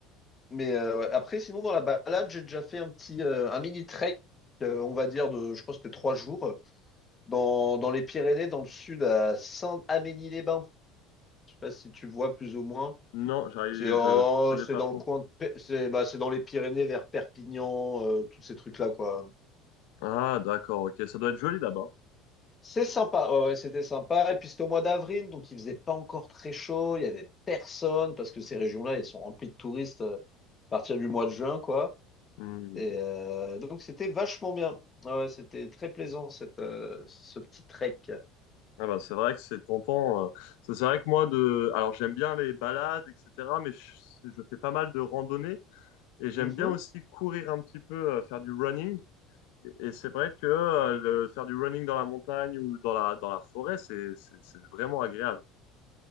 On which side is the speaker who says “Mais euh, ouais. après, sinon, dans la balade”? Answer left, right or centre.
Left